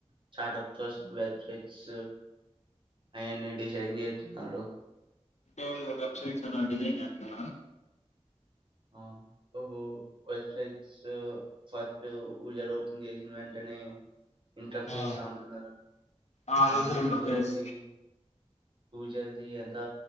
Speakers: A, on the right (about 45°); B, on the left (about 85°).
A: స్టార్టప్ కోసం వెబ్సైట్స్ అవన్ని డిజైన్ చేస్తున్నారు
B: ఇ వెబ్సైట్స్ నా డిజైన్ చేతనా
A: ఆ ఓహో వెబ్సైట్స్ ఫస్ట్జర్ ఓపెన్ చేసిన వెంటనే ఇంటర్ఫే
B: ఆ
A: చ అతున్నదండి
B: ఆ యూజర్
A: అది యూజది
B: ఇంటర్ఫేస్
A: చది ఎంత